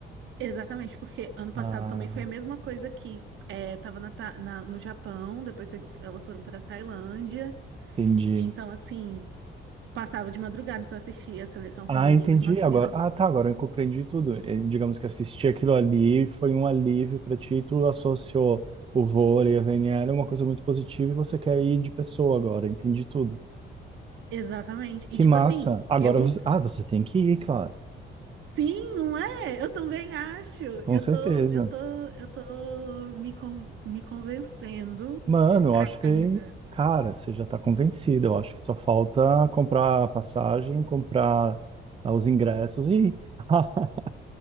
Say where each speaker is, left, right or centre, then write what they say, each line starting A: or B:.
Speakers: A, on the right; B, on the right.
A: exatamente, porque ano passado
B: Ah,
A: também foi a mesma coisa que é, tava na, Ta- na- no Japão, depois eles, elas foram para Tailândia,
B: entendi.
A: então assim, passava de madrugada, então eu assistia a seleção feminina
B: Ah, entendi
A: e masculina.
B: agora. Ah, tá, agora eu compreendi tudo. Eh, digamos que assistir aquilo ali foi um alívio pra ti, tu associou o vôlei, a VNL, é uma coisa muito positiva e você quer ir de pessoa agora, entendi tudo.
A: Exatamente.
B: Que
A: E tipo
B: massa.
A: assim,
B: Agora
A: eu
B: você... Ah, você tem que ir, claro.
A: sim, não é? Eu também acho.
B: Com
A: Eu
B: certeza.
A: tô, eu tô, eu tô me, con- me convencendo
B: Mano, eu acho que,
A: ainda.
B: cara, você já tá convencido. Eu acho que só falta comprar a passagem, comprar ah, os ingressos e ir. <laughs>